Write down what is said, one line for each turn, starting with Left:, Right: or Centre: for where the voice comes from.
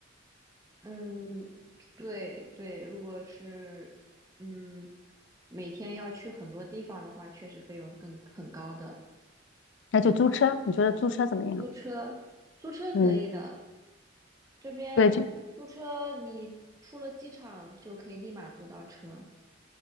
Right: 嗯，对对，如果是嗯每天要去很多地方的话，确实费用更很高的。
Left: 那就租车，你觉得租车怎么样？
Right: 租车，租车可以的，
Left: 嗯，
Right: 这边租车你出了机场就可以立马租到车。
Left: 对，就